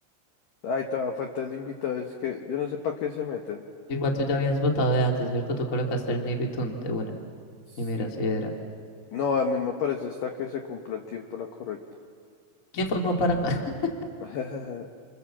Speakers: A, on the left; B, on the left.
A: Ay, todavía falta el invitado, es que yo no sé para qué se meten.
B: Igual tú ya habías votado de antes, ¿cierto? Tú colocaste el Niro y Tun de una.
A: Sí.
B: Y mira, si era.
A: No, a mí me parece hasta que se cumpla el tiempo la correcta.
B: ¿Quién formó para...? <laughs>
A: <laughs>